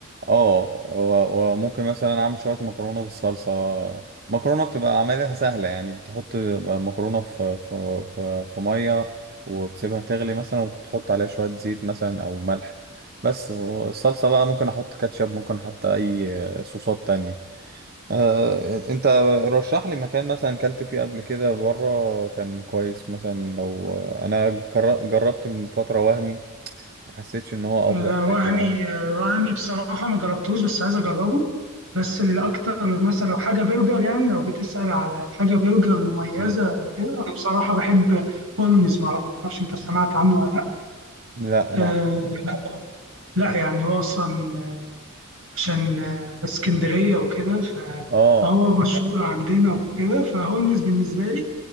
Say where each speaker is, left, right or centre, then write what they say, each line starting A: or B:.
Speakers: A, on the right; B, on the right.
A: اه و- وممكن مثلا اعمل شويه مكرونه بالصلصه مكرونه بتبقى عملها سهله يعني بتحط مكرونه في في في, في ميه وبتسيبها تغلي مثلا وتحط عليها شويه زيت مثلا او ملح بس والصلصه بقى ممكن احط كاتشب ممكن احط اي صوصات تانية آه انت رشح لي مكان مثلا كلت فيه قبل كده بره كان كويس مثلا لو انا جر- جربت من فتره وهمي ما حسيتش ان هو
B: ده
A: افضل
B: وهمي
A: حاجه يعني
B: وهمي بصراحة ما جربتوش بس عايز أجربه بس اللي أكتر مثلا لو حاجة برجر يعني لو بتسأل على حاجة برجر مميزة
A: مم.
B: أو كده أنا بصراحة بحب هولمز معرفش أنت سمعت عنه ولا لأ
A: لا
B: أه لا يعني هو أصلا عشان آه، اسكندرية وكده ف-
A: اه
B: فهو مشهور عندنا وكده فهولمز بالنسبة لي